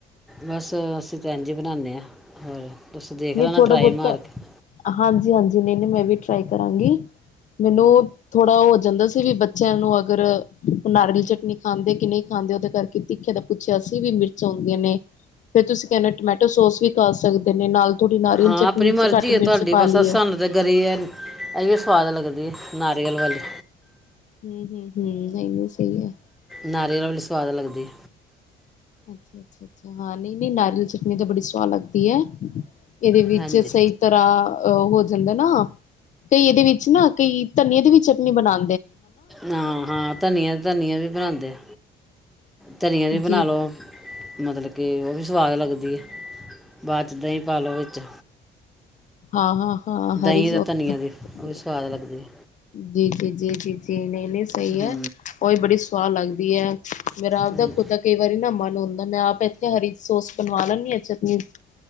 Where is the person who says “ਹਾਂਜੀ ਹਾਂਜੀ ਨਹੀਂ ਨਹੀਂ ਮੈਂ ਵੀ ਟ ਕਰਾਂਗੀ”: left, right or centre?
Left